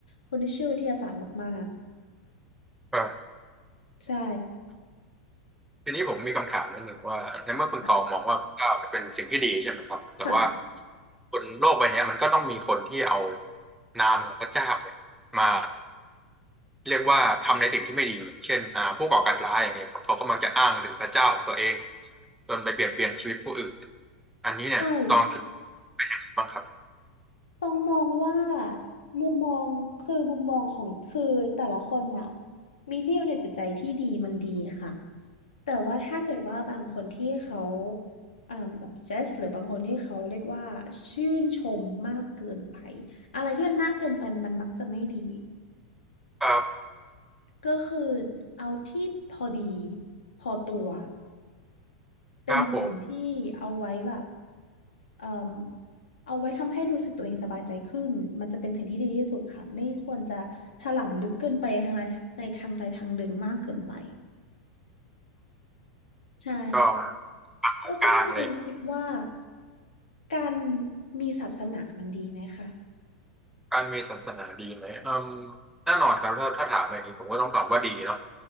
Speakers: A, on the left (about 75°); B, in the centre.
A: คนที่เชื่อวิทยาศาสตร์มาก
B: ครับ
A: ๆใช่
B: ทีนี้ผมมีคำถามนิดหนึ่งว่าในเมื่อคุณตองมองว่าก้าวเป็นสิ่งที่ดีใช่ไหมครับแต่ว่า
A: ค่ะค่ะ
B: บนโลกใบเนี้ยมันก็ต้องมีคนที่เอานามของพระเจ้าเนี่ยมาเรียกว่าทำในสิ่งที่ไม่ดีอย่างเช่นอ่าผู้ก่อการร้ายอย่างเงี้ยครับเขาก็มักจะอ้างถึงพระเจ้าของตัวเองจนไปเบียดเบียนชีวิตผู้อื่นอันนี้เนี่ยตองคิด
A: ใช่
B: บ้างครับ
A: ต้องมองว่ามุมมองคือมุมมองของคือแต่ละคนน่ะมีที่อยู่ในจิตใจที่ดีมันดีค่ะแต่ว่าถ้าเกิดว่าบางคนที่เขาอ่า obsess หรือบางคนที่เขาเรียกว่าชื่นชมมากเกินไปอะไรที่มันมากเกินไปมันมักจะไม่ดี
B: ครับ
A: ก็คือเอาที่พอดีพอตัวเป็นสิ่งที่เอาไว้แบบ
B: ครับผม
A: เอ่มเอาไว้ทำให้รู้สึกตัวเองสบายใจขึ้นมันจะเป็นสิ่งที่ดีที่สุดค่ะไม่ควรจะถลำลึกเกินไปทางใดในทางใดทางหนึ่งมากเกินไปใช่
B: ก็ปักสายกลางเลย
A: แล้วคุณครูคิดว่าการมีศาสนามันดีไหมคะ
B: การมีศาสนาดีไหมอืมแน่นอนครับถ้าถ้าถามอย่างนี้ผมก็ต้องตอบว่าดีเนาะ